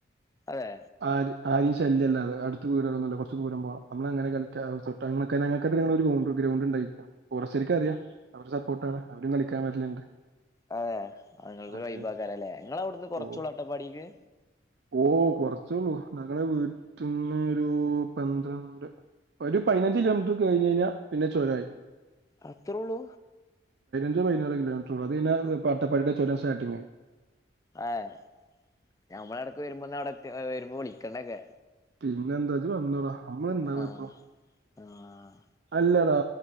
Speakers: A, on the left; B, on the right.
A: അതെ
B: ആര് ഐഷ് ശല്യല്ല, അടുത്ത വീട്ന്നില്ല കുറച്ച് ദൂര പോണം നമ്മങ്ങനെ <unintelligible> ഗ്രൗണ്ട്ണ്ടാകി <unintelligible> അറിയാം അവര് സപ്പോർട്ടാണ് അവരും കളിക്കാൻ വരലുണ്ട്.
A: അതെ അങ്ങൾക്ക് ഒരു
B: അതെ
A: വൈബാ ക്കാരല്ലേ നിങ്ങളവിടുന്ന് കൊറച്ചു
B: ഓ
A: ള്ളൂ അട്ടപ്പാടിക്ക്
B: ഓ കൊറച്ചള്ളൂ ഞങ്ങള വീട്ടിന്നു ഒരു പന്ത്രണ്ട് ഒരു പയിനഞ്ച് കിലോമീറ്റർ കഴിഞ്ഞ് കഴിഞ്ഞാ പിന്നെ ചൊരായി.
A: അത്രേള്ളൂ
B: പയിനാറ് കിലോമീറ്റർ ഉള്ളൂ അത് കഴിഞ്ഞാ അട്ടപ്പാടിയുടെ ചൊരം സ്റ്റാട്ടിങ്ങ്
A: ആഹ് ഞമ്മളടക്ക് വരുമ്പോന്ന അവിടെ വരുമ്പോ വിളിക്കണൊക്കെ
B: പിന്നെ എന്താ ഇജ് വന്നെടാ നമ്മളെന്താവ
A: ആഹ്
B: ഇപ്പൊ
A: ആഹ്
B: അല്ലടാ